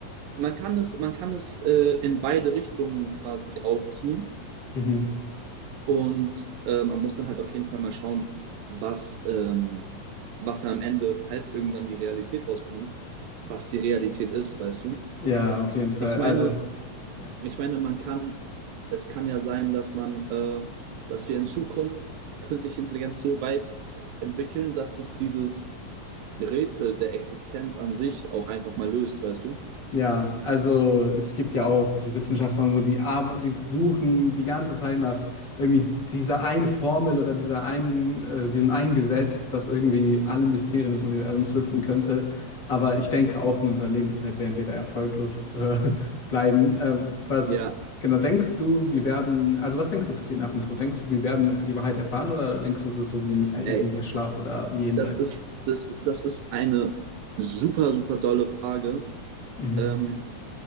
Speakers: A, on the right (about 80°); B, on the left (about 30°).
A: man kann es, man kann es äh, in beide Richtungen quasi aufziehen.
B: Mhm.
A: Und äh, man muss dann halt auf jeden Fall mal schauen, was, ähm, was am Ende, falls irgendwann die Realität rauskommt, was die Realität ist, weißt du?
B: Ja, auf jeden Fall.
A: Ich meine,
B: Also. ja.
A: ich meine, man kann, es kann ja sein, dass man, äh, dass wir in Zukunft künstliche Intelligenz so weit äh, entwickeln, dass es dieses Rätsel der Existenz an sich auch einfach mal löst, weißt du?
B: Ja, also es gibt ja auch so Wissenschaftler und so, die, arbe- die suchen die ganze Zeit nach irgendwie dieser einen Formel oder dieser einen, äh, dem einen Gesetz, das irgendwie alle Mysterien des Universums lüften könnte. Aber ich denke, auch in unserer Lebenszeit werden wir da erfolglos äh, <laughs> bleiben. Äh, was
A: Ja,
B: genau denkst du, wir werden, also was denkst du passiert nach dem Tod? Denkst du, wir werden die Wahrheit erfahren oder denkst du, es ist so wie ein
A: ey,
B: ewiger Schlaf oder ein Jenseits?
A: das ist, das, das ist eine super, super dolle Frage.
B: Mhm.
A: Ähm,